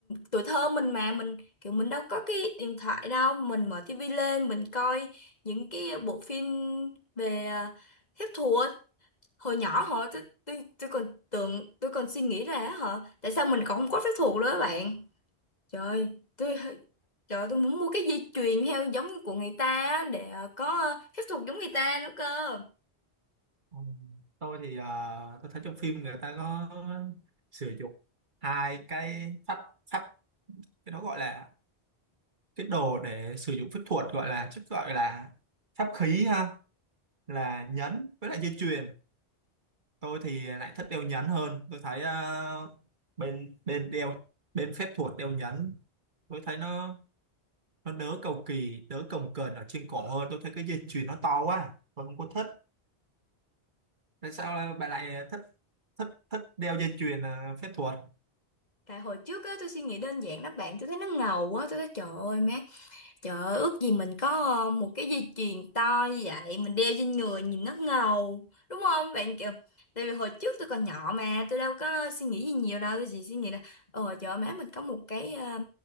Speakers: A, on the left (about 40°); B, on the right (about 45°).
A: tuổi thơ mình mà mình kiểu mình đâu có cái điện thoại đâu mình mở tivi lên mình coi những cái bộ phim về ờ, phép thuật hồi nhỏ hồi tôi tôi tôi còn tưởng tôi còn suy nghĩ ra á hả tại sao mình còn không có phép thuật nữa á bạn trời tôi trời tôi muốn mua cái dây chuyền theo giống của người ta á, để ờ, có ờ, phép thuật giống người ta nữa cơ
B: Ừ. tôi thì à, tôi thấy trong phim người ta có sử dụng hai cái pháp pháp cái đó gọi là cái đồ để sử dụng phép thuật gọi là chắc gọi là pháp khí ha là nhẫn với lại dây chuyền tôi thì lại thích đeo nhẫn hơn tôi thấy à, bên bên đeo bên phép thuật đeo nhẫn tôi thấy nó nó đỡ cầu kỳ đỡ cồng kềnh ở trên cổ hơn tôi thấy cái dây chuyền nó to quá tôi không có thích tại sao bạn lại thích thích thích đeo dây chuyền à, phép thuật
A: Tại hồi trước á, tôi suy nghĩ đơn giản lắm bạn, tôi thấy nó ngầu quá, tôi thấy trời ơi má, trời ơi ước gì mình có ờ, một cái dây chuyền to như vậy, mình đeo trên người nhìn nó ngầu, đúng không bạn kiểu, tại vì hồi trước tôi còn nhỏ mà, tôi đâu có suy nghĩ gì nhiều đâu, tôi chỉ suy nghĩ là, ờ trời ơi má mình có một cái ờ,